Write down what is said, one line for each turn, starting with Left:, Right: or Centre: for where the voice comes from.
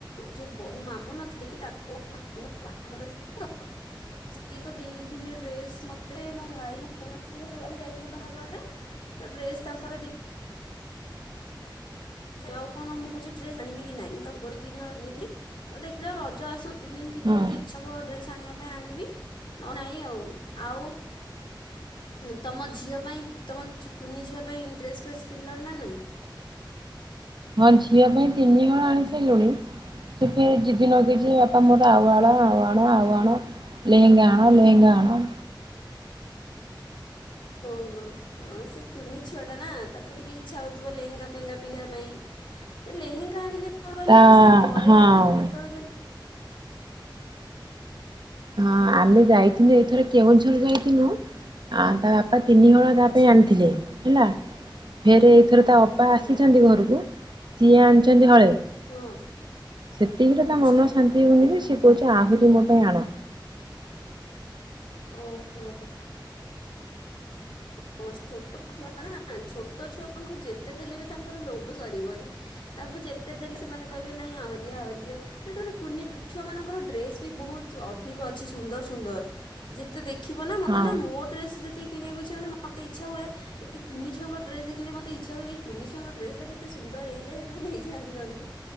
Left: ଯଉ ମୋ ମାମୁଁ ନଥିଲେ କି ତାଙ୍କ ପୁଅ ବାହାଘର ଥିଲା ସିଏ ତ ଦେଇ ଦେଇଥିଲେ ଡ୍ରେସ୍ ମୋତେ ମୋ ଭାଇ ମୋ ଭଉଣୀ କୁ ଆମେ ଯାଇଥିଲୁ ବାହାଘରରେ ତ ଡ୍ରେସ୍ ତାଙ୍କର ଦେଇ ଆଉ କଣ ମୁଁ କହୁଛି ଡ୍ରେସ ଆଣିବି କି ନାଇଁ ମୁଁ ତା ପାଇଁ ତ କିଣି ନଥିଲି ତ ଦେଖ ଯଉ ରଜ ଆସୁ ତିନି ଦିନ ଥିବ
Right: ହଁ
Left: ଯଦି ଇଛା ହବ ଡ୍ରେସ ଆଣିବା ପାଇଁ ଆଣିବି ନହେଲେ ନାଇଁ ଆଉ ଆଉ ତମ ଝିଅ ପାଇଁ କୁନି ଝିଅ ପାଇଁ ଡ୍ରେସ ଫ୍ରେସ କିଣିଲଣି ନା ନାଇଁ?
Right: ହଁ ଝିଅ ପାଇଁ ତିନିହଳ ଆଣି ସାଇଲୁଣି ସେ ଫେର୍ ଯିଦି ନଗେଇଛି ବାପା ମୋର ଆଉ ଆଣ ଆଉ ଆଣ ଆଉ ଆଣ ଲେହେଙ୍ଗା ଆଣ ଲେହେଙ୍ଗା ଆଣ।
Left: ଓହୋ ହ ସେ କୁନି ଛୁଆ ଟା ନା ତାକୁ ଟିକେ ଇଚ୍ଛା ହଉଥିବ ଲେହେଙ୍ଗା ଫେହେଙ୍ଗା ପିନ୍ଧିବା ପାଇଁ ଲେହେଙ୍ଗା ଆଣିଲେ କଣ କହିଲ
Right: ତା
Left: ସେଇ ଥରେ
Right: ହଁ।
Left: ଅଧେ କେତେବେଳେ କେମିତି
Right: ହଁ ଆମେ ଯାଇଥିଲୁ ଏଥର କେଉଁଝର ଯାଇଥିଲୁ ତା ବାପା ତିନିହଳ ତା
Left: ଆଚ୍ଛା
Right: ପାଇଁ ଆଣିଥିଲେ ହେଲା ଫେରେ ଏକ ଫେର ତା ଅପା
Left: ଓହୋ
Right: ଆସିଛନ୍ତି ଘରକୁ ସିଏ ଆଣିଛନ୍ତି ହଳେ
Left: ହଁ
Right: ସେତିକିରେ
Left: ଆଚ୍ଛା
Right: ତା ମନ ଶାନ୍ତି ହଉନି ଯେ ସିଏ କହୁଛି ଆହୁରି ମୋ ପାଇଁ ଆଣ
Left: ଓହୋ ହଁ ଛୋଟ ଛୁଆ ନା ଛୋଟ ଛୁଆଙ୍କୁ ଯେତେ ଦେଲେ ବି ତାଙ୍କର ଲୋଭ ସରିବନି ତାଙ୍କୁ ଯେତେ ଦେଲେ ସେମାନେ କହିବେ ନାଇଁ ଆହୁରିଆ ଆହୁରି ଦିଅଟ କୁନି ଛୁଆ ମାନଙ୍କର ଡ୍ରେସ୍ ବି ବହୁତ ଅଧିକ ଅଛି ସୁନ୍ଦର ସୁନ୍ଦର ଯେତେ ଦେଖି ଦେଖିବ ନା ମୋତେ
Right: ହଁ
Left: ନା ମୋ ଡ୍ରେସ ଯଦି କିଣିବାକୁ ଇଛା ହଉନି ମତେ ଇଚ୍ଛା ହୁଏ ଏ କୁନି ଛୁଆଙ୍କ ଡ୍ରେସ ଦେଖିଲେ ମତେ ଇଚ୍ଛା ହୁଏନି କୁନି ଛୁଆଙ୍କ ଡ୍ରେସ ଟା କେତେ ସୁନ୍ଦର ହେଇଥାଏ ହେଲେ ମୁଁ ନେଇଯାଆନ୍ତି ଘରକୁ